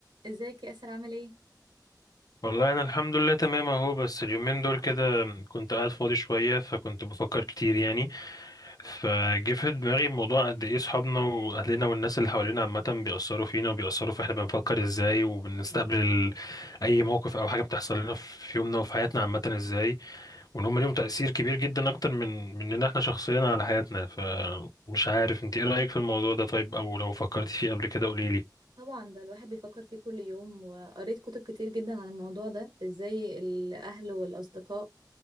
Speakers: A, on the right (about 85°); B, on the left (about 60°).
A: ازيك يا اسر عامل ايه
B: والله انا الحمد لله تمام اهو بس اليومين دول كده كنت قاعد فاضي شويه فكنت بفكر كتير يعني فجه في دماغي موضوع قد ايه صحابنا واهلنا والناس اللي حوالينا عامه بيأثروا فينا وبيأثروا في احنا بنفكر ازاي وبنستقبل ال- اي موقف او حاجه بتحصل لنا في يومنا وفي حياتنا عامه ازاي وان هم ليهم تأثير كبير جدا اكتر من مننا احنا شخصيا على حياتنا فمش عارف انت ايه رأيك في الموضوع ده طيب او لو فكرت فيه قبل كده قوليلي
A: طبعا ده الواحد بيفكر فيه كل يوم وقريت كتب كتير جدا عن الموضوع ده ازاي الاهل والاصدقاء